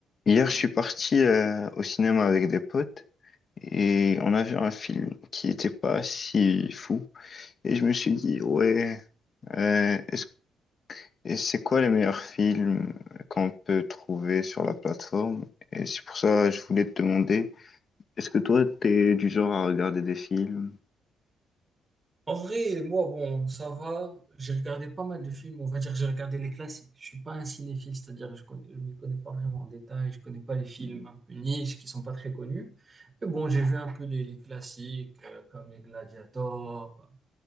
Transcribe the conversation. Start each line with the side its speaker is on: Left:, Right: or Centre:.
Left: Hier, je suis parti euh, au cinéma avec des potes et on a vu un film qui n'était pas si fou. Et je me suis dit, ouais, euh, est-ce- et c'est quoi les meilleurs films qu'on peut trouver sur la plateforme? Et c'est pour ça que je voulais te demander, est-ce que toi, t'es du genre à regarder des films?
Right: En vrai, moi, bon, ça va. J'ai regardé pas mal de films. On va dire que j'ai regardé les classiques. Je suis pas un cinéphile, c'est-à-dire je connais, je m'y connais pas vraiment en détail. Je connais pas les films un peu niche qui sont pas très connus. Mais bon, j'ai vu un peu les, les classiques euh, comme les Gladiators,